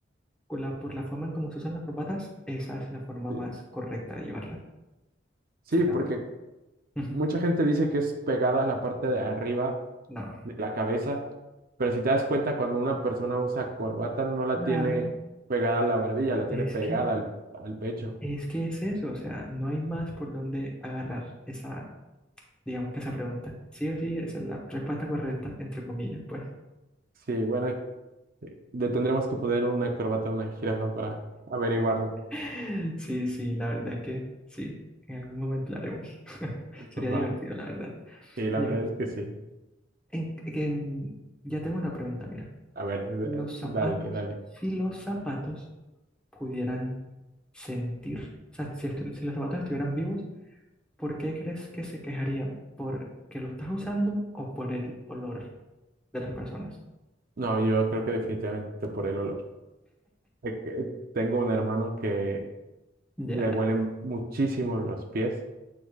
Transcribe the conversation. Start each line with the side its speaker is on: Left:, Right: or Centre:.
Centre: con la- por la forma en cómo se usan las corbatas, esa es la forma
Right: Sí,
Centre: más correcta de llevarla.
Right: Sí,
Centre: Sí, la
Right: porque
Centre: verdad. <laughs>
Right: mucha gente dice que es pegada a la parte de arriba
Centre: No.
Right: de la cabeza, pero si te das cuenta, cuando una persona usa corbata, no la
Centre: Claro,
Right: tiene pegada a la barbilla, la tiene
Centre: es
Right: pegada
Centre: que
Right: al, al pecho.
Centre: Es que es eso, o sea, no hay más por dónde agarrar esa, digamos que esa pregunta. Sí o sí, esa es la respuesta correcta, entre comillas, pues.
Right: Sí, bueno, le tendremos que poner una corbata a una jirafa para averiguarlo.
Centre: <laughs> Sí, sí, la verdad es que sí, en algún momento la haremos. <laughs>
Right: Va.
Centre: Sería divertido, la verdad.
Right: Sí, la
Centre: Mira,
Right: verdad es que sí.
Centre: en- en- ya tengo una pregunta, mira.
Right: A ver,
Centre: Los
Right: eh,
Centre: zapatos,
Right: dale, dale.
Centre: si los zapatos pudieran sentir, o sea, si, estu- si los zapatos estuvieran vivos, ¿por qué crees que se quejarían? ¿Por que lo estás usando o por el olor de las personas?
Right: No, yo creo que definitivamente por el olor. Eh, que Tengo un hermano que
Centre: Ya,
Right: le huelen muchísimo los pies.